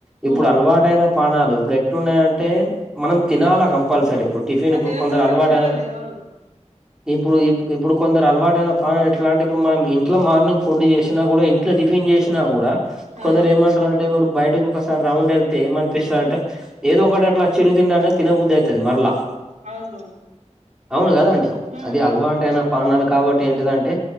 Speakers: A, in the centre; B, on the right.
A: ఇప్పుడు
B: ఉమ్.
A: అలవాటైన పాణాలు ఇప్పుడు ఇంట్లున్నాయం టే మనం తినాలా కంపల్సరీ ఇప్పుడు టిఫిన్
B: అది
A: ఇప్పుడు
B: తినకుంటే
A: కొందరు అలవాటు
B: కుదరదు
A: అయినాంక
B: అవును
A: ఇప్పుడు ఇప్పుడు కొందరు అలవాటైన పాణాలు ఎట్లాంటే ఇప్పుడు మనం ఇంట్లో మార్నింగ్ ఫుడ్ చేసినా కూడ ఇంట్లో టిఫిన్ చేసినా కూడా
B: అవును
A: కొందరు ఏమంటున్నరంటే ఇప్పుడు బయటకు ఒకసారి రౌండ్ వెళ్తే ఏమనిపిస్తార అంటే ఏదో ఒకటి లా చిరు తిడానే తిన బుధ అవుతది మర్లా
B: అవును
A: అవును కదా అండి
B: ఉమ్,
A: అది
B: ఉమ్.
A: అలవాటైన పాణాలు కాబట్టి దేంటో దాం తే